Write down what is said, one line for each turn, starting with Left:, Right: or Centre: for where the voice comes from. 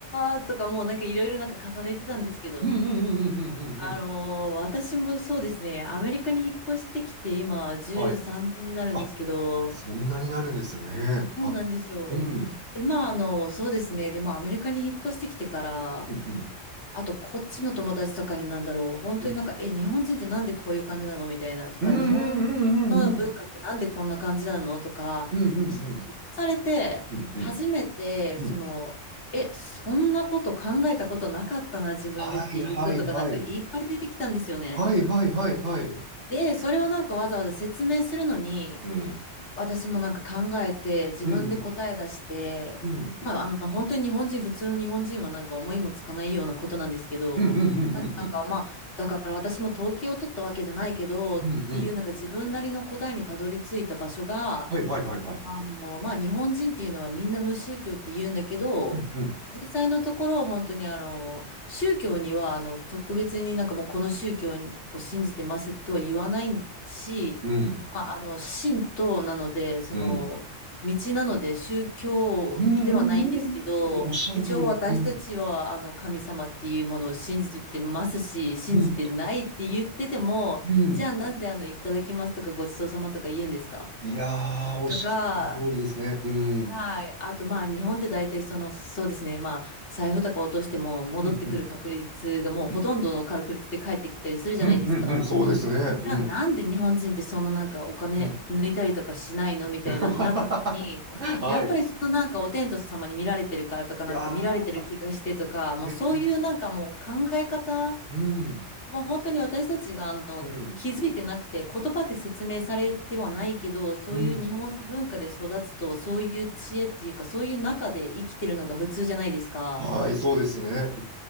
Left: あーとかもうなんかいろいろなんか重ねてたんですけど、
Right: うんうんうんうんうんうん。
Left: あのー私もそうですね、アメリカに引っ越してきて今13年になるんですけど、
Right: はい。あ、そんなになるんですね。
Left: そうなんですよ。
Right: あ、うん。
Left: で、まああの、そうですね、で、まあアメリカに引っ越してきてから、
Right: うんうん
Left: あと、こっちの友達とかになんだろう。本当になんか、
Right: うん
Left: え、日本人ってなんでこういう感じなのみたいなとか、
Right: うんうんうん
Left: 日本の文化ってなんでこんな感じなのとか、
Right: うんうんうん
Left: 質問されて、
Right: うんうん
Left: 初めて、
Right: うん
Left: その、え、そんなこと考えたことなかったな、自分でっていうことがなんかいっぱい出てきたんですよね。
Right: はいはいはいはいはいはいはい
Left: で、それをなんかわざわざ説明するのに、
Right: うん
Left: 私もなんか考えて、自分で答え出して、
Right: うんうんうん
Left: まあ、あの、本当に日本人、普通の日本人はなんか思いもつかないようなことなんですけど、
Right: うんうんうんうんうん
Left: なんなんかまあ、だから私も統計を取ったわけじゃないけど、っていうなんか自分なりの答えにたどり着いた場所が、
Right: うんうん。はいはいはいはい。
Left: あの、まあ、日本人っていうのはみんな無宗教って言うんだけど、
Right: うんうん。
Left: 実際のところ本当にあの、宗教にはあの、特別になんかもうこの宗教を信じてますとは言わないし、
Right: うん。
Left: まあ、あの、神道なので、その、
Right: うん。
Left: 道なので宗教ではないんですけど、
Right: うんうんうんうんうんうんうんおっしゃるとおり。
Left: 一応私たちはあの、
Right: うん。
Left: 神様っていうものを信じてますし、信じてないって言ってても、
Right: うん。うん。
Left: じゃあなんであの、いただきますとかごちそうさまとか言うんですか
Right: いやー、おっしゃるとおりですね。
Left: とか、
Right: うん。
Left: はい。あと、まあ、日本って大体、その、そうですね。まあ、財布とか落としても、戻ってくる確率がもうほとんどの確率で返ってきたりするじゃないですか。
Right: うん。うん。うん。うん。うんそうですね。
Left: じゃあ、
Right: うん。
Left: なんで日本人ってそんななんかお金抜いたりとかしないのみたいなってなった時に、
Right: うん。はい。
Left: やっぱりそのなんかお天道様に見られてるからとか、なんか見られてる気がしてとか、
Right: いやー。
Left: もうそういうなんかもう考え方
Right: うん。うん。
Left: もう本当に私たちがあの気づいてなくて言葉で説明されてはないけどそういう日本の文化で育つとそういう知恵っていうかそういう中で生きてるのが普通じゃないですか。
Right: うん。うんはい、そうですね。